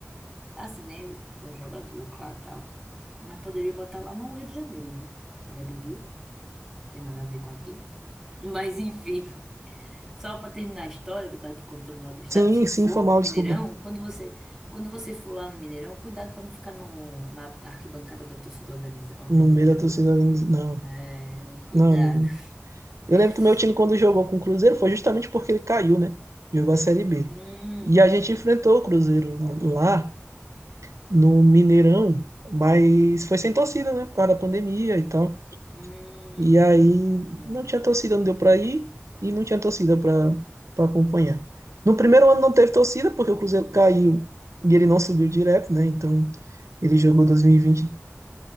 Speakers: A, in the centre; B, on the right.
A: Assim, né? Foi um jogador, claro, tal. Mas poderia botar lá no Rio de Janeiro, né? Que ele é do Rio, tem nada a ver com aqui. Mas enfim. Só para terminar a história que eu tava te contando lá do estado,
B: Sim,
A: se for
B: sim, foi mal,
A: pro Mineirão,
B: desculpa.
A: quando você, quando você for lá no Mineirão, cuidado para não ficar no, na arquibancada da torcida organiza- organizada,
B: No meio da
A: viu?
B: torcida, não.
A: É, cuidado.
B: Não, não. Eu
A: <laughs>
B: lembro que o meu time, quando jogou com o Cruzeiro, foi justamente porque ele caiu, né? Jogou a Série B.
A: Hum,
B: E a gente
A: hum,
B: enfrentou o Cruzeiro lá no Mineirão, mas foi sem torcida, né? Por causa da pandemia e tal.
A: hum,
B: E aí
A: vale.
B: não tinha torcida, não deu pra ir e não tinha torcida pra, pra acompanhar. No primeiro ano não teve torcida, porque o Cruzeiro caiu e ele não subiu direto, né? Então ele jogou 2020,